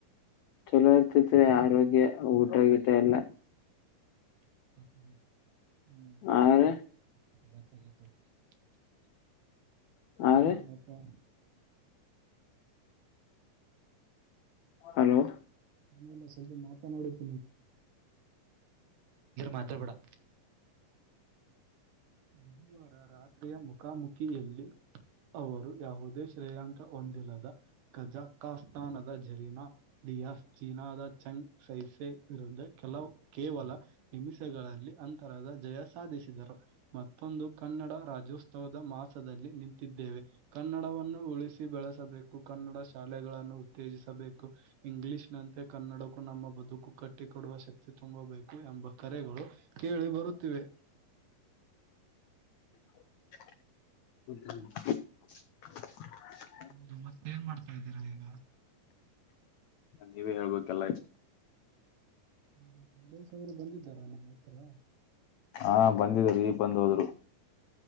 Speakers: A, on the left; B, on the right.
A: ಚಲೋ ಇರ್ತತಿ ಆರೋಗ್ಯ ಊಟ ಗಿಟ ಎಲ್ಲ.
B: <unintelligible>
A: ಆರ ಆರ
B: ಏನಿಲಪ್ಪ.
A: ಹಲೋ
B: ನಿಂದ್ರು ಮಾತಾಡ್ಬೇಡ <inaudible> ಬುಧವಾರ ರಾತ್ರಿಯ ಮುಖಾಮುಖಿಯಲ್ಲಿ ಅವರು ಯಾವುದೇ ಶ್ರೇಯಾಂಕ. ಹೊಂದಿಲ್ಲದ ಕಜಾಕಸ್ತಾನದ ಜರಿನ ದಿಯಾ. ಚೀನಾದ ಚಂಗ್ ಸೈಸೆ ವಿರುದ್ಧ ಕೆಲವು ಕೇವಲ. ನಿಮಿಷಗಳಲ್ಲಿ ಅಂತರದ ಜಯ ಸಾಧಿಸಿದರು. ಮತ್ತೊಂದು ಕನ್ನಡ ರಾಜ್ಯೋತ್ಸವದ ಮಾಸದಲ್ಲಿ ನಿಂತಿದ್ದೇವೆ ಕನ್ನಡವನ್ನು ಉಳಿಸಿ ಬೆಳಸ್ ಸಬೇಕು ಕನ್ನಡ ಶಾಲೆಗಳನ್ನು ಉತ್ತೇಜಿಸಬೇಕು ಇಂಗ್ಲೀಷ್ ನಂತೆ ಕನ್ನಡಕ್ಕೂ ನಮ್ಮ ಬದುಕು ಕಟ್ಟಿ ಕೊಡುವ ಶಕ್ತಿ ತುಂಬಬೇಕು ಎಂಬ ಕರೆಗಳು ಕೇಳಿ ಬರುತ್ತಿವೆ.
A: ಹತ <unintelligible>
B: ಹೌದು ಮತ್ತೇನ್ ಮಾಡ್ತಾ ಇದ್ದೀರಾ ಈಗ.
A: ನೀವೇ ಹೇಳ್ಬೇಕೆಲ್ಲ ಆಯ್
B: ಈಗ ಕಲ್ಲೇಶ್ ಅವರು ಬಂದಿದ್ದಾರ ನಿಮ್ಮ ಹತ್ರ.
A: ಹಾ ಬಂದಿದ್ರೂ ಈಗ ಬಂದ್ ಹೋದ್ರು.